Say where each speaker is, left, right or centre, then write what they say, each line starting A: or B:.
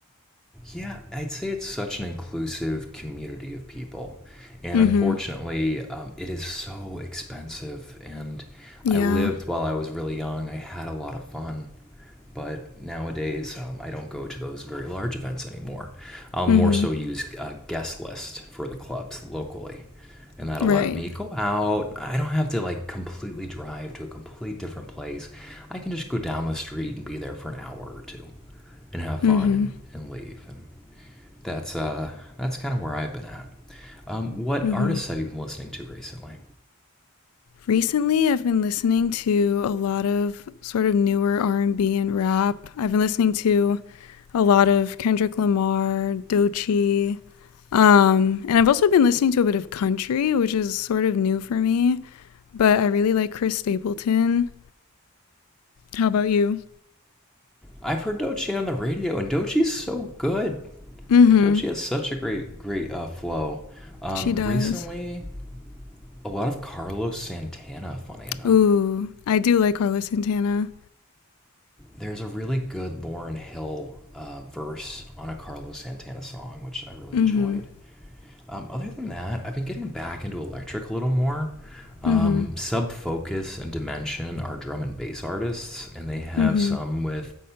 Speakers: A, in the centre; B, on the left.
A: Yeah, I'd say it's such an inclusive community of people. And
B: Mhm.
A: unfortunately, um, it is so expensive. And
B: Yeah.
A: I lived while I was really young, I had a lot of fun. But nowadays, um, I don't go to those very large events anymore. I'll
B: Mhm.
A: more so use a guest list for the clubs locally. And that'll
B: Right.
A: let me go out. I don't have to like completely drive to a complete different place. I can just go down the street and be there for an hour or two and have fun
B: Mhm.
A: and, and leave. And that's uh that's kind of where I've been at. Um, what
B: Mhm.
A: artists have you been listening to recently?
B: Recently, I've been listening to a lot of sort of newer R&B and B and rap. I've been listening to a lot of Kendrick Lamar, Doechii, um, and I've also been listening to a bit of country, which is sort of new for me, but I really like Chris Stapleton. How about you?
A: I've heard Dochi on the radio, and Dochi's so good.
B: Mhm.
A: Dochi has such a great, great uh, flow. Um,
B: She does.
A: recently, a lot of Carlos Santana. Funny enough,
B: Ooh, I do like Carlos Santana.
A: there's a really good Lauren Hill uh, verse on a Carlos Santana song, which I really
B: Mhm.
A: enjoyed. Um, other than that, I've been getting back into electric a little more.
B: Mhm.
A: Um, Sub Focus and Dimension are drum and bass artists, and they have
B: Mhm.
A: some with